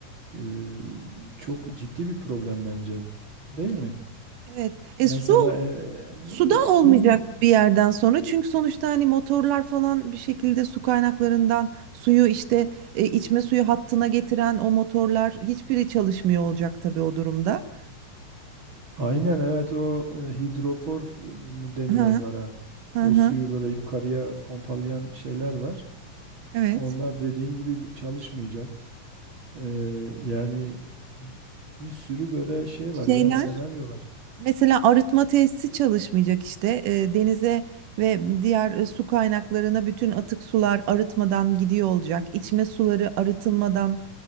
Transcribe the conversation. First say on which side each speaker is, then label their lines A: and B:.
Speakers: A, on the right; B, on the right.
A: e, çok ciddi bir problem bence. Değil mi?
B: Evet, evet. E
A: Mesela
B: su
A: e,
B: suda
A: su
B: olmayacak bir yerden sonra çünkü sonuçta hani motorlar falan bir şekilde su kaynaklarından suyu işte e, içme suyu hattına getiren o motorlar hiçbiri çalışmıyor olacak tabii o durumda.
A: aynen evet o e, hidrofor mu deniyor
B: Hı
A: onlara.
B: hı hı.
A: O suyu böyle yukarıya pompalayan şeyler var.
B: Evet.
A: Onlar dediğin gibi çalışmayacak. Ee, yani bir sürü böyle şey
B: Şeyler
A: var, yan senaryo var.
B: mesela arıtma tesisi çalışmayacak işte E, denize ve diğer e, su kaynaklarına bütün atık sular arıtmadan gidiyor olacak. İçme suları arıtılmadan